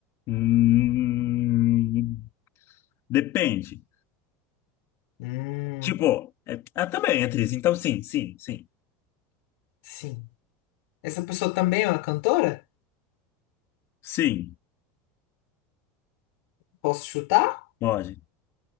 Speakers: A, on the left; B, on the left.
A: Hum, Depende.
B: Hum,
A: Tipo, é, ah, também é atriz. Então sim, sim, sim.
B: sim. Essa pessoa também é uma cantora?
A: Sim,
B: Posso chutar?
A: pode.